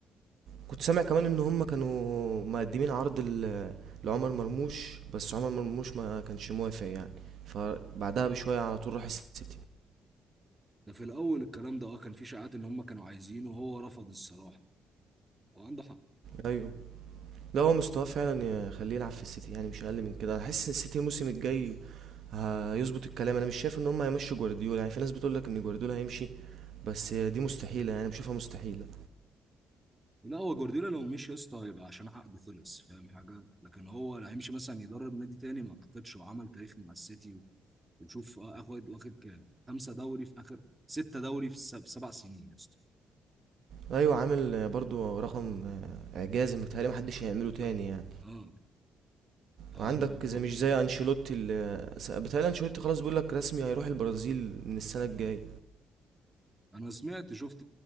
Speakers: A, on the right (about 65°); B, on the right (about 15°).
A: كنت سامع كمان ان هم كانوا مقدمين عرض ل- لعمر مرموش بس عمر مرموش ما كانش موافق يعني فبعدها بشويه على طول راح السيتي
B: ده في الاول الكلام ده اه كان في شائعات ان هم كانوا عايزينه وهو رفض الصراحة وعنده حق
A: ايوه لا هو مستواه فعلا يخليه يلعب في السيتي يعني مش اقل من كده انا حاسس ان السيتي الموسم الجاي هيظبط الكلام انا مش شايف ان هم هيمشوا جوارديولا يعني في ناس بتقول لك ان جوارديولا هيمشي بس دي مستحيله يعني بشوفها مستحيله
B: لا هو جوارديولا لو مشي يا اسطى هيبقى عشان عقده خلص فاهم حاجه لكن هو لا هيمشي مثلا يدرب نادي تاني ما اعتقدش وعمل تاريخ مع السيتي وتشوف آه، اخد واخد كام خمسه دوري في اخر سته دوري في الس- في سبع سنين يا اسطى
A: ايوه عامل برضو رقم اعجازي متهيألي محدش هيعمله تاني يعني
B: اه فالموضوع
A: عندك زي مش زي انشيلوتي اللي س- بيتهيألي انشيلوتي خلاص بيقول لك رسمي هيروح البرازيل من السنه الجايه
B: انا سمعت شفت